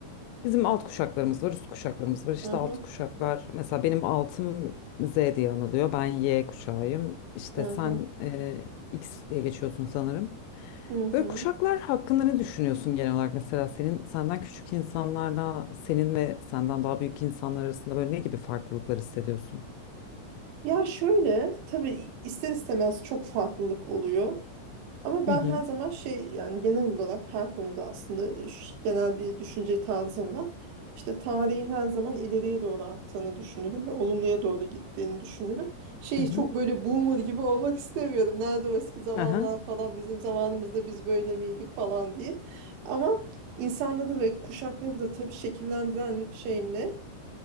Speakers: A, on the left (about 85°); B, on the right (about 90°).
A: bizim alt kuşaklarımız var, üst kuşaklarımız var. İşte
B: Hı hı.
A: alt kuşaklar mesela benim altım Z diye anılıyor. Ben Y kuşağıyım. İşte
B: Hı
A: sen
B: hı.
A: eee, X diye geçiyorsun sanırım.
B: Hı
A: Böyle
B: hı.
A: kuşaklar hakkında ne düşünüyorsun genel olarak? Mesela senin senden küçük insanlarla senin ve senden daha büyük insanlar arasında böyle ne gibi farklılıklar hissediyorsun?
B: Ya şöyle tabii ister istemez çok farklılık oluyor. Ama ben
A: Hı hı.
B: her zaman şey yani genel olarak her konuda aslında ş- genel bir düşünce tarzım var. İşte tarihin her zaman ileriye doğru aktığını düşünürüm ve olumluya doğru gittiğini düşünürüm. Şey
A: Hı hı.
B: çok böyle boomer gibi olmak istemiyorum. Nerede o eski zamanlar
A: Aha.
B: falan bizim zamanımızda biz böyle miydik falan değil. Ama insanları ve kuşakları da tabii şekillendiren şey ne?